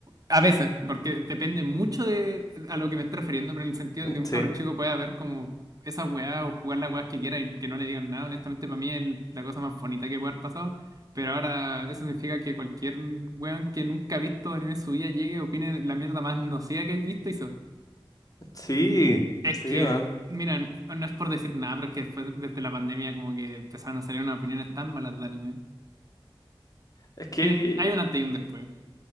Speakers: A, on the right; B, on the left.
A: A veces, porque depende mucho de a lo que me estoy refiriendo, pero en el sentido de que un
B: Sí,
A: cabro chico pueda ver como esas weas o jugar las weas que quiera y que no le digan nada. Honestamente, para mí es la cosa más bonita que puede haber pasado. Pero ahora eso significa que cualquier weón que nunca ha visto anime en su vida llegue, opine la mierda más nociva que he visto y se
B: sí,
A: es
B: sí,
A: que,
B: man.
A: mira, n- no es por decir nada, pero es que después, desde la pandemia, como que empezaron a salir unas opiniones tan malas de anime.
B: Es que,
A: Hay un, hay un antes y un después.